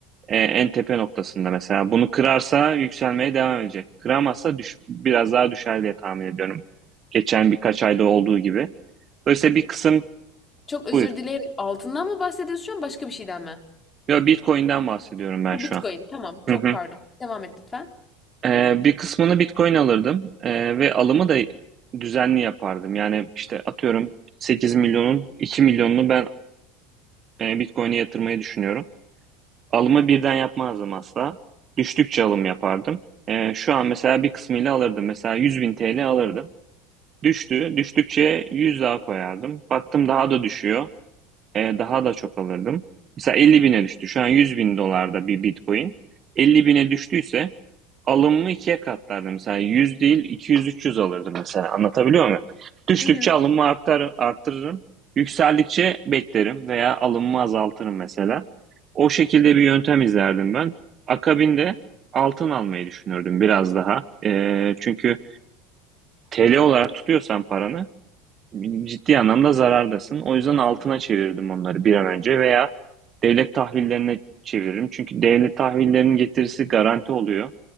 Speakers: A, on the right (about 40°); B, on the left (about 25°).
A: eee, en tepe noktasında mesela. Bunu kırarsa yükselmeye devam edecek. Kıramazsa düş, biraz daha düşer diye tahmin ediyorum. Geçen birkaç ayda olduğu gibi. Dolayısıyla bir kısım
B: Çok özür
A: buyur.
B: dilerim. Altından mı bahsediyorsun şu an başka bir şeyden mi?
A: Yo, Bitcoin'den bahsediyorum ben
B: Ha,
A: şu
B: Bitcoin.
A: an.
B: Tamam. Çok
A: Hı hı.
B: pardon. Devam et lütfen.
A: Ee, bir kısmını Bitcoin alırdım Ee, ve alımı da düzenli yapardım. Yani işte atıyorum 8 milyonun 2 milyonunu ben e, Bitcoin'e yatırmayı düşünüyorum. Alımı birden yapmazdım asla. Düştükçe alım yapardım. Ee, şu an mesela bir kısmıyla alırdım. Mesela 100 bin TL alırdım. Düştü. Düştükçe 100 daha koyardım. Baktım daha da düşüyor. Eee, daha da çok alırdım. Mesela 50 bine düştü. Şu an 100 bin dolarda bir Bitcoin. 50 bine düştüyse alımımı ikiye katlardım. Mesela 100 değil 200-300 alırdım mesela. Anlatabiliyor muyum? Düştükçe
B: Hı hı.
A: alımımı artar, arttırırım. Yükseldikçe beklerim veya alımımı azaltırım mesela. O şekilde bir yöntem izlerdim ben. Akabinde altın almayı düşünürdüm biraz daha. Eee, çünkü TL olarak tutuyorsan paranı ciddi anlamda zarardasın. O yüzden altına çevirdim onları bir an önce veya devlet tahvillerine çeviririm. Çünkü devlet tahvillerinin getirisi garanti oluyor.